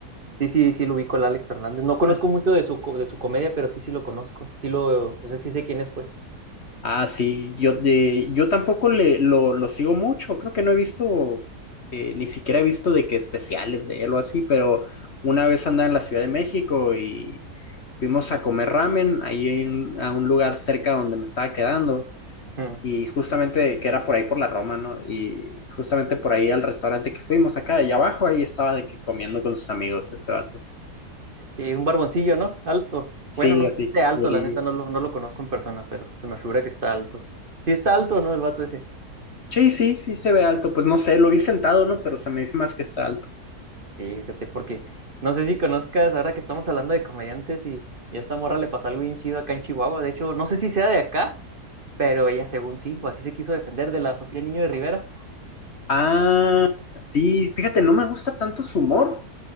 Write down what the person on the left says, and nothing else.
Ah,
sí,
Ah, sí, yo, de- yo tampoco le, lo, lo sigo mucho, creo que no he visto, eh, ni siquiera he visto de que especiales de él o así, pero una vez andaba en la Ciudad de México y fuimos a comer ramen ahí en- a un lugar cerca donde me estaba quedando.
Y justamente que era por ahí por la Roma, ¿no? Y justamente por ahí al restaurante que fuimos acá de allá abajo, ahí estaba de que comiendo con sus amigos ese vato.
Sí,
así,
güerillo.
Sí, sí, sí se ve alto. Pues no sé, lo vi sentado, ¿no? Pero se me dice más que está alto.
Ah, sí, fíjate, no me gusta tanto su humor,